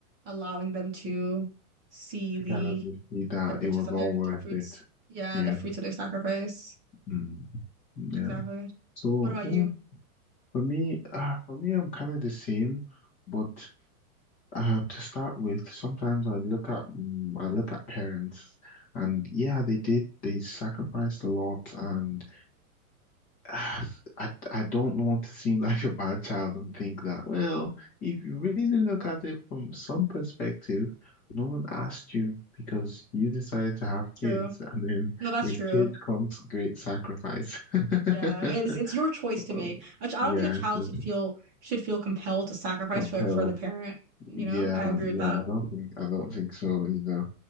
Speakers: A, on the right (about 20°); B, on the left (about 20°).
A: allowing them to see
B: to
A: the
B: kind of see that
A: the riches
B: it was
A: of
B: all
A: their
B: worth
A: the fruits.
B: it.
A: Yeah,
B: Yeah.
A: the fruits of their sacrifice.
B: Mm. Yeah.
A: Exactly.
B: So
A: What about
B: yeah,
A: you?
B: for me, uh, for me, I'm kind of the same, but uh, to start with, sometimes I look at mm I look at parents, and yeah, they did they sacrificed a lot, and <sighs> I I don't want to seem like a bad child and think that, well, if you really look at it from some perspective, no one asked you because you decided to have kids,
A: True.
B: and then
A: No, that's
B: with
A: true.
B: kids comes great sacrifice. <laughs>
A: Yeah, and it's it's your choice to make.
B: Uh,
A: A ch- I
B: Yeah,
A: don't think a child
B: it's
A: should
B: just
A: feel should feel compelled to sacrifice
B: compelled.
A: for for the parent. You
B: Yeah,
A: know, I agree
B: yeah,
A: with that.
B: I don't think I don't think so either.